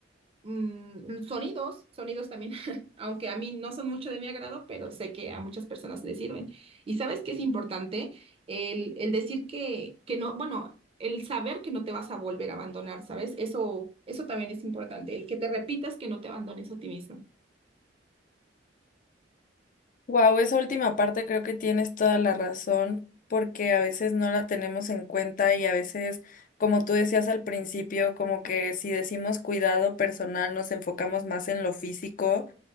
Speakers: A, on the right (about 30°); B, on the left (about 45°).
A: mm, sonidos, sonidos también, <laughs> aunque a mí no son mucho de mi agrado, pero sé que a muchas personas les sirven. Y sabes que es importante el, el decir que, que no, bueno. El saber que no te vas a volver a abandonar, ¿sabes? Eso, eso también es importante, el que te repitas que no te abandones a ti misma.
B: Wow, esa última parte creo que tienes toda la razón, porque a veces no la tenemos en cuenta y a veces, como tú decías al principio, como que si decimos cuidado personal, nos enfocamos más en lo físico